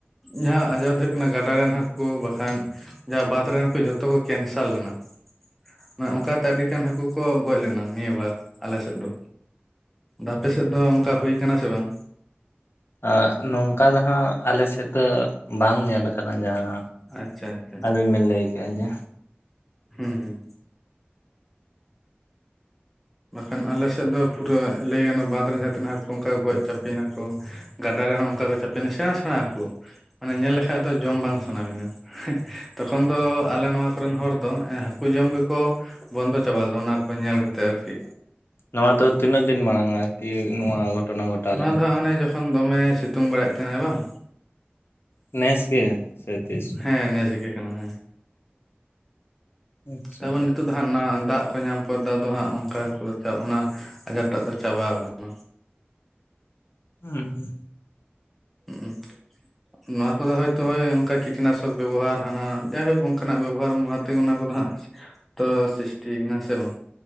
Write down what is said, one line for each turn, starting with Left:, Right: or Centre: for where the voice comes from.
Centre: ᱡᱟᱦᱟᱸ ᱟᱡᱟᱨ ᱫᱚ ᱦᱩᱭᱩᱜ ᱠᱟᱱᱟ ᱜᱟᱰᱟ ᱨᱮᱱ ᱦᱟᱹᱠᱩ ᱵᱟᱠᱷᱟᱱ ᱡᱟᱦᱟᱸ ᱵᱟᱸᱫᱽ ᱨᱮᱱ ᱦᱟᱹᱠᱩ ᱡᱷᱚᱛᱚ ᱠᱚ ᱠᱮᱱᱥᱟᱨ ᱞᱮᱱᱟ, ᱢᱟᱱᱮ ᱚᱱᱠᱟ ᱠᱟᱛᱮ ᱟᱹᱰᱤ ᱜᱟᱱ ᱦᱟᱹᱠᱩ ᱠᱚ ᱜᱚᱡ ᱞᱮᱱᱟ ᱱᱤᱭᱟᱹ ᱵᱟᱨ ᱟᱞᱮ ᱥᱮᱫ ᱫᱚ, ᱟᱫᱚ ᱟᱯᱮ ᱥᱮᱫ ᱫᱚ ᱚᱱᱠᱟ ᱦᱩᱭ ᱟᱠᱟᱱᱟ ᱥᱮ ᱵᱟᱝ?
Left: ᱮᱸ ᱱᱚᱝᱠᱟ ᱫᱚ ᱦᱟᱸᱜ ᱟᱞᱮ ᱥᱮᱫ ᱫᱚ ᱵᱟᱝ ᱧᱮᱞ ᱟᱠᱟᱱᱟ ᱡᱟᱦᱟᱸ
Centre: ᱟᱪᱪᱷᱟ ᱟᱪᱪᱷᱟ,
Left: ᱟᱵᱤᱱ ᱵᱤᱱ ᱞᱟᱹᱭ ᱠᱮᱜᱼᱟ ᱡᱮ
Centre: ᱦᱩᱸ ᱦᱩᱸ᱾ ᱵᱟᱠᱷᱟᱱ ᱟᱞᱮ ᱥᱮᱫ ᱫᱚ ᱯᱩᱨᱟᱹ ᱞᱟᱹᱭ ᱜᱟᱱᱚᱜ-ᱥ ᱵᱟᱸᱫᱽ ᱨᱮᱱ ᱡᱟᱦᱟᱸ ᱛᱱᱟᱹᱜ ᱦᱟᱹᱠᱩ ᱚᱱᱠᱟ ᱠᱚ ᱜᱚᱡ ᱪᱟᱯᱮᱱᱟᱠᱚ ᱜᱟᱰᱟ ᱨᱮᱦᱚᱸ ᱚᱱᱠᱟ ᱠᱚ ᱪᱟᱯᱮᱱᱟ ᱥᱮᱬᱟ ᱥᱮᱬᱟ ᱦᱟᱹᱠᱩ᱾ ᱢᱟᱱᱮ ᱧᱮᱞ ᱞᱮᱠᱷᱟᱡ ᱫᱚ ᱡᱚᱢ ᱵᱟᱝ ᱥᱟᱱᱟ ᱵᱤᱱᱟ, ᱛᱚᱠᱷᱚᱱ ᱫᱚ ᱟᱞᱮ ᱱᱚᱣᱟ ᱠᱚᱨᱮᱱ ᱦᱚᱲ ᱫᱚ, ᱮᱸ ᱦᱟ ᱠᱩ ᱡᱚᱢ ᱜᱮᱠᱚ ᱵᱚᱱᱫᱚ ᱪᱟᱵᱟ ᱞᱮᱫᱟ ᱚᱱᱟ ᱠᱚ ᱧᱮᱞ ᱠᱟᱛᱮᱫ ᱟᱨᱠᱤ᱾
Left: ᱱᱚᱣᱟ ᱫᱚ ᱛᱤᱱᱟᱹᱜ ᱫᱤᱱ ᱢᱟᱲᱟᱝ ᱟᱨᱠᱤ ᱱᱚᱣᱟ ᱜᱷᱚᱴᱚᱱᱟ ᱜᱷᱚᱴᱟᱣ
Centre: ᱚᱱᱟ
Left: ᱞᱮᱱᱟ?
Centre: ᱫᱚ ᱦᱟᱸᱜ ᱚᱱᱮ ᱡᱚᱠᱷᱚᱱ ᱫᱚᱢᱮ ᱥᱤᱛᱩᱝ ᱵᱟᱲᱟᱭᱮᱫ ᱛᱟᱦᱮᱱᱟᱭ ᱵᱟᱝ᱾
Left: ᱱᱮᱥ ᱜᱮ? ᱥᱮ ᱛᱤᱥ
Centre: ᱦᱮᱸ ᱱᱮᱥ ᱜᱮ ᱠᱟᱱᱟ ᱦᱮᱸ᱾
Left: ᱟᱪᱪᱷᱟ
Centre: ᱛᱟᱯᱚᱨ ᱱᱤᱛᱳᱜ ᱫᱚ ᱦᱟᱸᱜ ᱱᱟ ᱫᱟᱜ ᱠᱚ ᱧᱟᱢ ᱯᱚᱨ ᱫᱚ ᱟᱫᱚ ᱦᱟᱸᱜ ᱚᱱᱠᱟ ᱚᱱᱟ ᱟᱡᱟᱨ ᱴᱟᱜ ᱫᱚ ᱪᱟᱵᱟᱣ ᱠᱟᱱᱟ᱾
Left: ᱚ ᱚ᱾
Centre: ᱦᱩᱸ᱾ ᱱᱚᱣᱟ ᱠᱚᱫᱚ ᱦᱳᱭᱛᱚ ᱦᱳᱭ ᱚᱱᱠᱟ ᱠᱤᱴᱱᱟᱥᱚᱠ ᱵᱮᱵᱚᱦᱟᱨ ᱦᱟᱱᱟ ᱡᱟᱭᱦᱳᱠ ᱚᱱᱠᱟᱱᱟᱜ ᱵᱮᱵᱚᱦᱟᱨ ᱢᱟ ᱛᱮᱜᱮ ᱚᱱᱟ ᱠᱚᱫᱚ ᱦᱟᱸᱜ ᱛᱚ ᱥᱨᱤᱥᱴᱤ ᱠᱟᱱᱟ, ᱦᱮᱸ ᱥᱮ ᱵᱟᱝ?